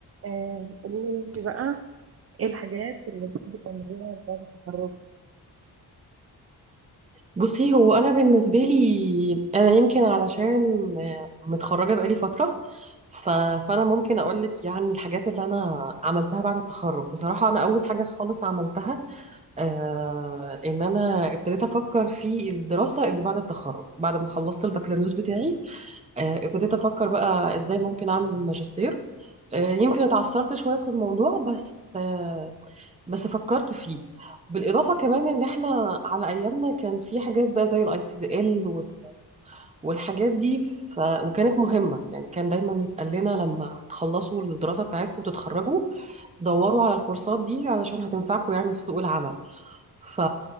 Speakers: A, on the right; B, on the right.
A: آه، قولي لي بقى ايه الحاجات اللي بتحبي تعمليها بعد التخرج
B: بصي هو انا بالنسبه لي انا يمكن علشان متخرجه بقالي فتره ف... فانا ممكن اقول لك يعني الحاجات اللي انا عملتها بعد التخرج بصراحه انا اول حاجه خالص عملتها آه ان انا ابتديت افكر في الدراسه اللي بعد التخرج بعد ما خلصت البكالوريوس بتاعي آه ابتديت افكر بقى ازاي ممكن اعمل الماجستير آه يمكن اتعثرت شويه في الموضوع بس آه بس فكرت فيه بالإضافة كمان إن إحنا على أيامنا كان في حاجات بقى زي الأي سي دي إل وال... والحاجات دي ف... وكانت مهمة يعني كان دايما يتقال لنا لما تخلصوا الدراسة بتاعتكم وتتخرجوا دوروا على الكورسات دي علشان هتنفعكم يعني في سوق العمل ف...